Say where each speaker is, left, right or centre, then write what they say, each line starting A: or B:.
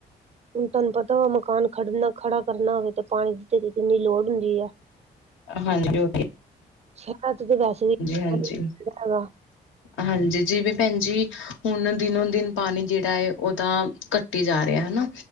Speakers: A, on the right (about 35°); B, on the left (about 75°).
A: ਹੁਣ ਤਾਨੂੰ ਪਤਾ ਵਾ ਮਕਾਨ ਖੜਨਾ ਖੜਾ ਕਰਨਾ ਹੋਵੇ ਤੇ ਪਾਣੀ ਦੀ ਕਿੰਨੀ ਲੋੜ ਹੁੰਦੀ ਆ।
B: ਹਾਂਜੀ ਓਹੀ
A: ਸ਼ੈਰਾ ਤੇ ਵੈਸੇ ਵੀ
B: ਹਾਂਜੀ
A: ਪਾਨੀ ਨੀ ਹੈਗਾ।
B: ਹਾਂਜੀ ਜਿਵੇਂ ਭੈਣ ਜੀ ਹੁਣ ਦਿਨੋ ਦਿਨ ਪਾਣੀ ਜੇੜਾ ਏ ਓਦਾ ਕ- ਘਟੀ ਜਾ ਰਿਆ ਹਨਾ